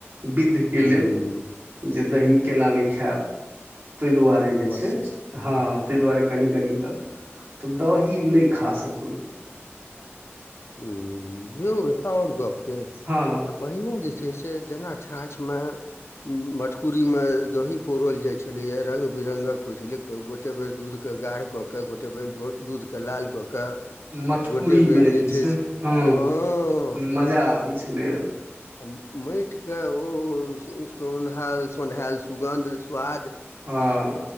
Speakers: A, on the right; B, on the left.
A: विध के लेल
B: हूँ हूँ
A: जे दही केना नहि खायब ताहि दुआरे <unintelligible>
B: अवश्य
A: हँ ताहि दुआरे कनि कनि क तऽ दही नहि खा सकलहु
B: ह यौ एटा आओर गप छै
A: हँ
B: आ पहिने जे जे छै से जेना छाँछ मे मटकूरी मे दही पौरल जाइत छलैया रंग बिर्गक होइ छलै गोटे बेर दूध के गाढ़ कऽ के गोटे बेर गो दूध के लाल कऽ के क
A: मटकुरी
B: गोटे बेर
A: मे
B: जे से
A: हँ
B: हँ
A: मजा आबै
B: आ
A: छलै
B: आ माटिके ओ सोन्हायल सोन्हायल सुगन्ध स्वाद
A: हँ